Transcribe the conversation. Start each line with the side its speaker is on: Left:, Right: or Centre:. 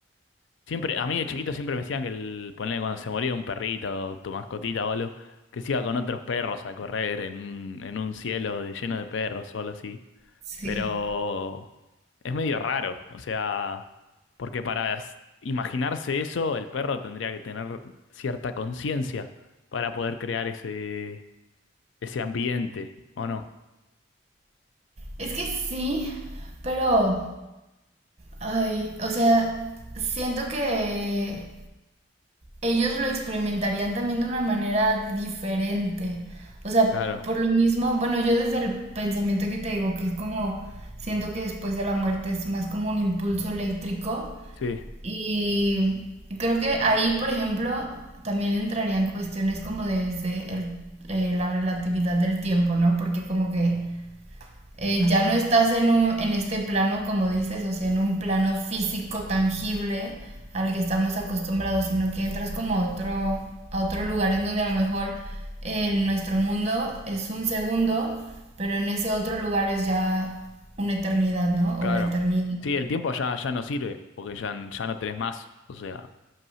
Left: siempre, a mí de chiquito siempre me decían que el, ponele cuando se moría un perrito, tu mascotita o algo, que se iba con otros perros a correr en, un- en un cielo de- lleno de perros o algo así.
Right: Sí.
Left: Pero es medio raro, o sea, porque para s- imaginarse eso, el perro tendría que tener cierta conciencia para poder crear ese, ese ambiente, ¿o no?
Right: Es que sí, pero, ay, o sea, siento que ellos lo experimentarían también de una manera diferente. O sea,
Left: Claro,
Right: por lo mismo, bueno, yo desde el pensamiento que te digo, que es como, siento que después de la muerte es más como un impulso eléctrico
Left: sí,
Right: y creo que ahí, por ejemplo, también entrarían cuestiones como desde el- eh, la relatividad del tiempo, ¿no? Porque como que eh, ya no estás en, un, en este plano, como dices, o sea, en un plano físico tangible al que estamos acostumbrados, sino que entras como a otro, a otro lugar en donde a lo mejor en nuestro mundo es un segundo, pero en ese otro lugar es ya una eternidad, ¿no?
Left: claro.
Right: O la eternidad.
Left: Sí, el tiempo ya, ya no sirve, porque ya, n- ya no tenés más, o sea,